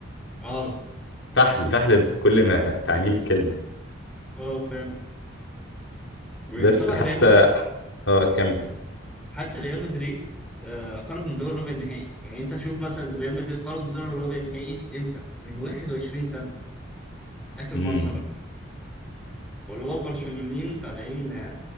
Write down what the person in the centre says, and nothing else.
اه
اه فعلا وطبعا
ريال م-
حتى ريال مدريد آه خرج من دور ربع النهائي يعني أنت شوف مثلا ريال مدريد خرج من دور ربع النهائي إمتى؟ من 21 سنة آخر
مرة خرج واللي هو البرشلونيين طالعين آه،